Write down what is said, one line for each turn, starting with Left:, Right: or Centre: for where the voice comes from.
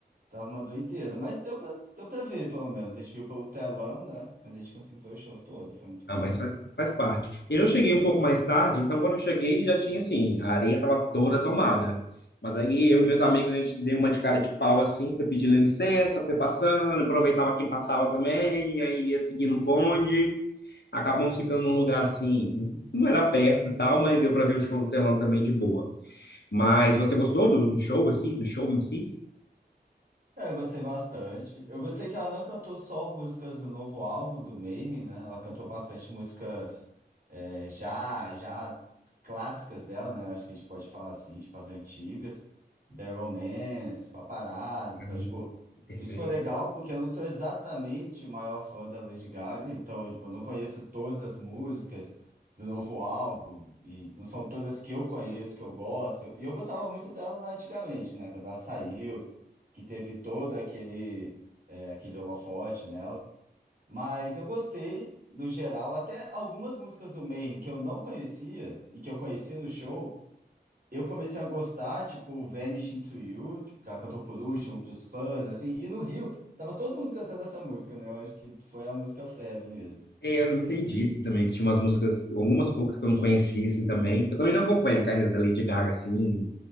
Right: tava uma doideira. Mas deu pra, deu pra ver, pelo menos. A gente viu pelo telão, né? Mas a gente conseguiu ver o show todo. Foi muito
Left: Ah,
Right: bom.
Left: mas faz, faz parte. Eu cheguei um pouco mais tarde, então quando eu cheguei já tinha assim, a areia estava toda tomada. Mas aí eu e meus amigos, a gente deu uma de cara de pau assim, foi pedindo licença, foi passando, aproveitava quem passava também, aí ia seguindo o bonde. Acabamos ficando num lugar assim, não era perto e tal, mas deu para ver o show no telão também de boa. Mas você gostou do, do show, assim, do show em si?
Right: É, Eu gostei bastante. Eu gostei que ela não cantou só músicas do novo álbum do Mayhem, né? Ela cantou bastante músicas é, já, já clássicas dela, né? Eu acho que a gente pode falar assim, tipo as antigas, The Romance, Paparazzi,
Left: Uhum,
Right: então, tipo,
Left: Perfeito.
Right: isso foi legal porque eu não sou exatamente o maior fã da Lady Gaga, então, tipo, eu não conheço todas as músicas do novo álbum, e não são todas que eu conheço, que eu gosto, e eu gostava muito dela lá antigamente, né? Quando ela saiu, que teve todo aquele, é, aquele holofote nela. Mas eu gostei, no geral, até algumas músicas do Mayhem que eu não conhecia e que eu conheci no show, eu comecei a gostar, tipo Vanishing to You, tipo, que ela cantou por último, pros fãs, assim, e no Rio, tava todo mundo cantando essa música, né? Eu acho que foi a música febre mesmo.
Left: É, eu não entendi isso também, que tinha umas músicas, algumas poucas que eu não conhecia, assim, também. Eu também não acompanho a carreira da Lady Gaga, assim,